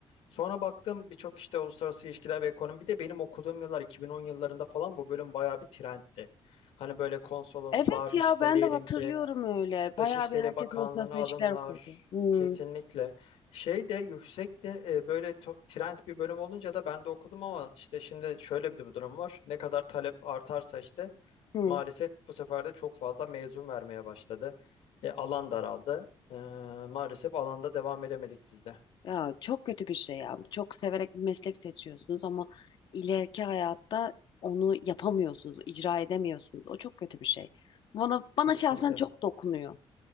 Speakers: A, on the left; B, on the left.
A: Sonra baktım birçok işte uluslararası ilişkiler ve ekonomi. Bir de benim okuduğum yıllar 2010 yıllarında falan bu bölüm bayağı bir trendti. Hani böyle konsoloslar
B: Evet
A: işte
B: ya ben
A: diyelim
B: de hatırlıyorum
A: ki
B: öyle. Bayağı
A: Dışişleri
B: bir herkes
A: Bakanlığı'na
B: uluslararası
A: alımlar
B: ilişkiler okuyordu. Hı,
A: kesinlikle. Şey de yüksekti e, böyle to- trend bir bölüm olunca da ben de okudum ama işte şimdi şöyle bir de bu durum var. Ne kadar talep artarsa işte
B: hı.
A: maalesef bu sefer de çok fazla mezun vermeye başladı. E, alan daraldı. E, maalesef alanda devam edemedik biz de.
B: Ya çok kötü bir şey ya. Çok severek bir meslek seçiyorsunuz ama ileriki hayatta onu yapamıyorsunuz, icra edemiyorsunuz. O çok kötü bir şey. Bana bana
A: Kesinlikle.
B: şahsen çok dokunuyor.